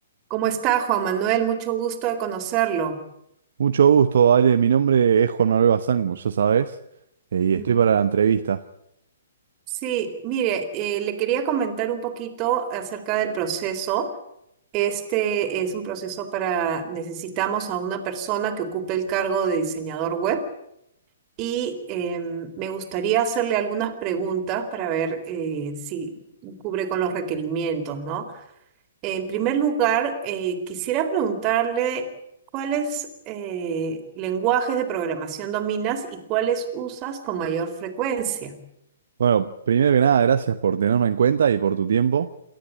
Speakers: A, on the right; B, on the right.
A: ¿Cómo está, Juan Manuel? Mucho gusto de conocerlo.
B: Mucho gusto, Ale. Mi nombre es Juan Manuel Bazán, como ya sabes, eh, y estoy
A: Ujú.
B: para la entrevista.
A: Sí, mire, eh, le quería comentar un poquito acerca del proceso. Este es un proceso para, necesitamos a una persona que ocupe el cargo de diseñador web y em, me gustaría hacerle algunas preguntas para ver eh, si cubre con los requerimientos, ¿no? En primer lugar, eh, quisiera preguntarle cuáles eh, lenguajes de programación dominas y cuáles usas con mayor frecuencia.
B: Bueno, primero que nada, gracias por tenerme en cuenta y por tu tiempo.